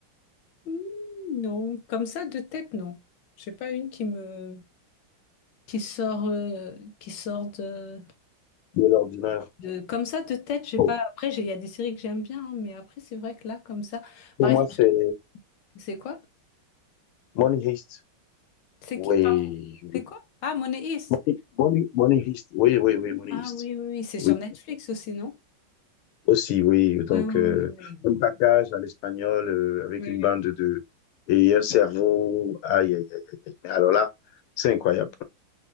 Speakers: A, on the left; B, on the left.
A: Hmm, non, comme ça, de tête, non. Je sais pas une qui me... qui sort, euh, qui sort de...
B: de l'ordinaire?
A: De, comme ça, de tête, j'ai
B: Bon,
A: pas. Après, j'ai- il y a des séries que j'aime bien, hein, mais après, c'est vrai que là, comme ça.
B: pour
A: Par exemple,
B: moi, c'est
A: c'est quoi?
B: Money Heist.
A: C'est
B: Oui.
A: qui? Pardon, C'est quoi? Ah, Money Heist.
B: Money, Money, Money Heist. Oui, oui, oui, Money
A: Ah
B: Heist.
A: oui, oui, oui. C'est
B: Oui.
A: sur Netflix aussi, non?
B: Aussi, oui. Donc,
A: Ouais, oui,
B: euh,
A: oui, oui.
B: un package à l'espagnol euh, avec
A: oui.
B: une
A: Oui.
B: bande de... et un cerveau. Aïe, aïe, aïe, aïe. aïe. Mais alors là, c'est incroyable.